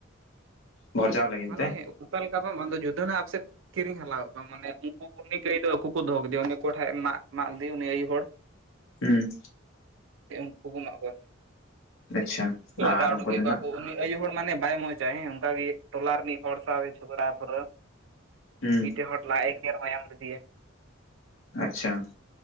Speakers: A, on the left; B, on the right.
A: ᱵᱷᱚᱨᱡᱟᱣ ᱞᱟᱹᱜᱤᱫ
B: ᱢᱟᱱᱮ
A: ᱛᱮ
B: ᱚᱠᱟ ᱞᱮᱠᱟ ᱵᱟᱝ, ᱵᱟᱝ ᱫᱚ ᱡᱩᱫᱟᱹ ᱟᱯᱥᱮᱫ- ᱠᱤᱨᱤᱧ ᱦᱟᱞᱟ ᱟᱫ ᱠᱚᱣᱟᱢ ᱢᱟᱱᱮ ᱩᱱᱠᱩ ᱩᱱᱤ ᱜᱟᱹᱭ ᱫᱚ ᱟᱹᱠᱩ ᱠᱚ ᱫᱚᱦᱚ ᱠᱮᱫᱮᱭᱟ ᱩᱱᱤ ᱚᱠᱚᱭ ᱴᱷᱮᱡ ᱨᱮᱱᱟᱜ ᱢᱟᱜ ᱜᱟᱹᱭ ᱩᱱᱤ ᱟᱹᱭᱩ ᱦᱚᱲ᱾
A: ᱦᱩᱸ
B: ᱪᱮ, ᱩᱱᱠᱩᱠᱚ ᱮᱢᱟᱜ ᱠᱚᱣᱟ!
A: ᱟᱪᱪᱷᱟ
B: ᱞᱟᱜᱟ
A: ᱟᱨ
B: ᱩᱰᱩᱠ
A: ᱩᱱᱠᱩ
B: ᱠᱮᱫ
A: ᱫᱚ
B: ᱠᱚᱣᱟ
A: ᱱᱟᱜ
B: ᱠᱚ ᱩᱱᱤ ᱟᱹᱭᱩ ᱦᱚᱲ ᱢᱟᱱᱮ ᱵᱟᱭ ᱢᱚᱸᱡᱽ ᱟᱭ ᱦᱮᱸ, ᱚᱸᱠᱟ ᱜᱮ ᱴᱚᱞᱟ ᱨᱤᱱᱤᱡ ᱦᱚᱲ ᱥᱟᱶ ᱮ ᱡᱷᱚᱜᱽᱲᱟ ᱥᱩᱨᱟᱹ
A: ᱦᱩᱸ
B: ᱢᱤᱫᱴᱤᱡ ᱦᱚᱲᱴᱞᱟ ᱮ ᱜᱮᱟᱨ ᱢᱟᱢ ᱞᱤᱫᱮ
A: ᱟᱪᱪᱷᱟ,